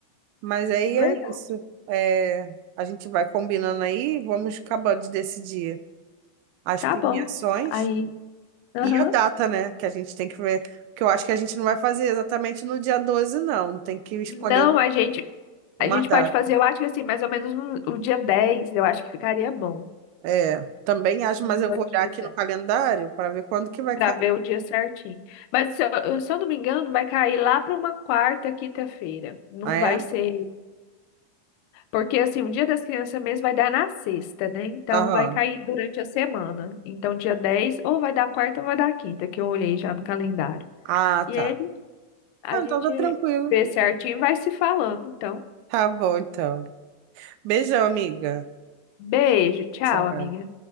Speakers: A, on the right; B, on the left.
A: Mas aí
B: Verdade.
A: é isso. É, a gente vai combinando aí, vamos acabando de decidir as
B: Tá
A: premiações
B: bom. Aí, aham.
A: e a data, né? Que a gente tem que ver. Que eu acho que a gente não vai fazer exatamente no dia 12 não. Tem que escolher
B: Não,
A: um,
B: a gente
A: uma
B: A gente
A: data.
B: pode fazer, eu acho que assim, mais ou menos um- o dia 10, eu acho que ficaria bom.
A: É, também acho, mas
B: Uns
A: eu
B: Dois
A: vou olhar
B: dias,
A: aqui
B: né?
A: no calendário para ver quando que vai
B: Pra
A: cair.
B: ver o dia certinho. Mas se eu, se eu não me engano, vai cair lá pra uma quarta, quinta-feira. Não
A: Ah, é?
B: vai ser. Porque assim, o dia das crianças mesmo vai dar na sexta, né? Então
A: Aham.
B: vai cair durante a semana. Então dia 10 ou vai dar quarta ou vai dar quinta, que eu olhei já no calendário.
A: Ah,
B: E
A: tá.
B: aí a
A: Ah,
B: gente
A: então tá tranquilo.
B: vê certinho e vai se falando. Então,
A: Tá bom, então. Beijão, amiga.
B: beijo, tchau,
A: Tchau.
B: amiga.